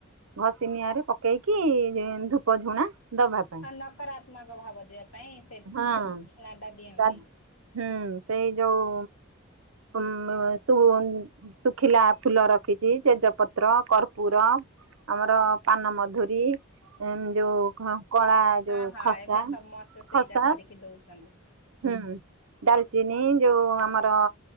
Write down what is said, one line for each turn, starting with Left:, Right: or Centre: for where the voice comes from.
Right: ଘଷି ନିିଆଁ ରେ ପକେଇକି ଧୂପ ଝୁଣା ଦବା ପାଇଁ।
Left: ହଁ ନକାରାତ୍ମକ ଭାବ ଯେ ପାଇଁ ସେ
Right: ହଁ
Left: ଝୁଣା ଟା ଦିଅନ୍ତି।
Right: ତା ହୁଁ ସେଇ ଯୋଉ ଉ ଶୁ ଶୁଖିଲା ଫୁଲ ରଖିଛି ତେଜପତ୍ର କର୍ପୂୁର ଆମର ପାନମଧୁରୀ ଯୋଉ କଳା ଯୋଉ
Left: ହଁ ହଁ
Right: ଖସା
Left: ଏବେ ସମସ୍ତେ ସେଇଟା
Right: ଖସା
Left: କରିକି ଦଉଛନ୍ତି।
Right: ହୁଁ। ଡାଲଚିନି ଯୋଉ ଆମର